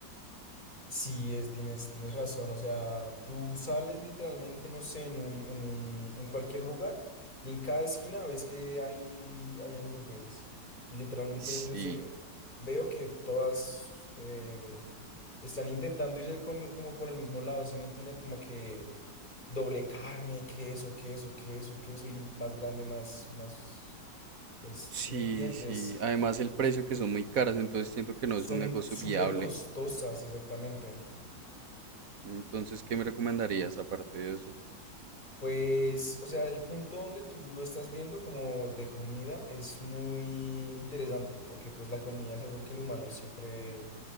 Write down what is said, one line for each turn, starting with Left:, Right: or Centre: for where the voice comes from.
Left: Sí, es, tienes, tienes razón, o sea, tú sales literalmente, no sé, en un, en un, en cualquier lugar y en cada esquina ves que hay, hay hamburguesas y literalmente
Right: Sí,
Left: yo sé, veo que todas... eh, Están intentando irse con, como por el mismo lado, ¿sí me entiendes? Como que doble carne, queso, queso, queso, queso, y más grande, más, más, pues, ¿sí
Right: sí,
Left: me entiendes?
Right: sí. Además, el precio que son muy caras, entonces siento que no
Left: Son
Right: es un negocio
Left: súper
Right: viable.
Left: costosas, exactamente.
Right: Entonces, ¿qué me recomendarías aparte de eso?
Left: Pues, o sea, el punto donde tú lo estás viendo como de comida es muy interesante, porque pues la comida es algo que el humano siempre,